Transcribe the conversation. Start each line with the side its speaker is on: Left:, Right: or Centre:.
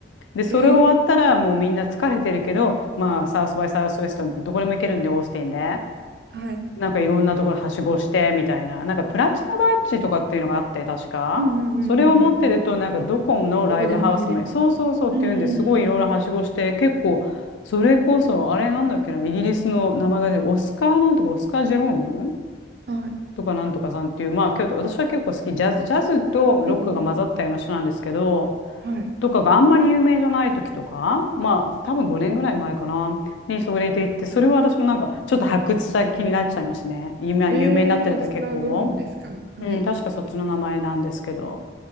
Left: で、それ終わったら、
Right: えー、
Left: もうみんな疲れてるけど、まあ、サウスバイサウスウェスト、どこでも行けるんで、オースティンで。
Right: はい。
Left: なんかいろんなところはしごしてみたいな、なんかプラチナバッジとかっていうのがあって、確か。
Right: うんうんうんうんうん。
Left: それを持ってると、なんかドコモのライブハウスも、
Right: どこでも入れる。
Left: そうそうそうっていうんですごいいろいろはしごして、
Right: うん
Left: 結構、それこそ、あれなんだっけな、イギリスの名前が出て、オスカーなんとか、オスカー・ジェローム
Right: はい。
Left: とかなんとかさんっていう、まあ、けど私は結構好き、ジャズ、ジャズとロックが混ざったような人なんですけど、
Right: うんうんはい。
Left: とかがあんまり有名じゃない時とか、まあ、多分5年ぐらい前かな、にそれで行って、それは私もなんか、ちょっと発掘した気になっちゃいましたね。今、
Right: えー、
Left: 有名になってると結構。
Right: オスカー・ブロームですか。はい。
Left: うん、確かそっちの名前なんですけど。